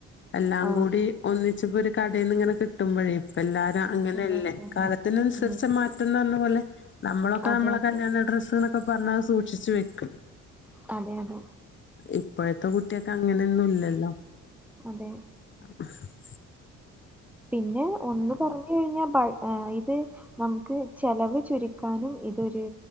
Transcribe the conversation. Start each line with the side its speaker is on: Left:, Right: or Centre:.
Left: എല്ലാം
Centre: ആഹ്
Left: കൂടി ഒന്നിച്ചപ്പോ ഒരു കടേന്നിങ്ങനെ കിട്ടുമ്പഴേ ഇപ്പ എല്ലാരും അങ്ങനെയല്ലേ
Centre: അതെ അതെ അതെ
Left: കാലത്തിനനുസരിച്ച
Centre: ഉം
Left: മാറ്റ ന്ന് പറഞ്ഞ പോലെ നമ്മളൊക്കെ
Centre: അതെ
Left: നമ്മള
Centre: അതെ
Left: കല്യാണ
Centre: അതെ
Left: ഡ്രസ്സുകളൊക്കെ പറഞ്ഞാൽ സൂക്ഷിച്ച് വെക്കും
Centre: അതെ അതെ
Left: ഇപ്പോഴത്തെ കുട്ടികക്ക് അങ്ങനൊന്നും ഇല്ലല്ലോ
Centre: അതെ
Left: <inaudible>
Centre: പിന്നെ ഒന്ന് പറഞ്ഞ കഴിഞ്ഞാൽ ഇത് നമുക്ക് ചെലവ് ചുരുക്കാനും ഇതൊരു